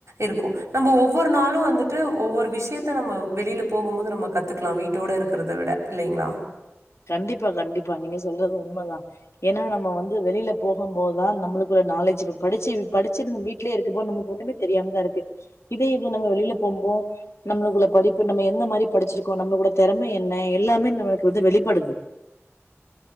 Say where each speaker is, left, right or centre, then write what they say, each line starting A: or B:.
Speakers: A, on the right (about 70°); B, on the left (about 60°).
A: இருக்கும் நம்ம ஒவ்வொரு நாளும் வந்துட்டு ஒவ்வொரு விஷயத்த நம்ம வெளியில போகும் போது நம்ம கத்துக்கலாம் வீட்டோட இருக்கிறத விட இல்லைங்களா
B: கண்டிப்பா கண்டிப்பா நீங்க சொல்றது உண்மைதான் ஏன்னா நம்ம வந்து வெளியில போகும் போதுதான் நம்மளுக்குள்ள நாலேஜ் இ படிச்சு படிச்சு நம்ம வீடலயே இருக்கபோ நமக்கு ஒண்ணமே தெரியாமதான் இருக்கு இதே இது நம்ம வெளியில போகும்போம் நம்மளுக்குள்ள படிப்பு நம்ம எந்த மாதிரி படிச்சிருக்கோம் நம்மளுக்குட திறமை என்ன எல்லாமே நம்மளுக்கு வந்து வெளிபடு படுது